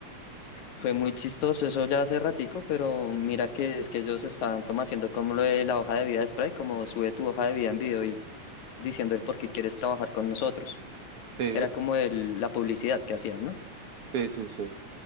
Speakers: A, on the left; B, on the right.
A: Fue muy chistoso, eso ya hace ratico, pero mira que es que ellos estaban como haciendo como lo de la hoja de vida de Sprite, como sube tu hoja de vida en video y diciendo el por qué quieres trabajar con nosotros.
B: Sí,
A: Era como el, la publicidad que hacían, ¿no?
B: sí, sí, sí.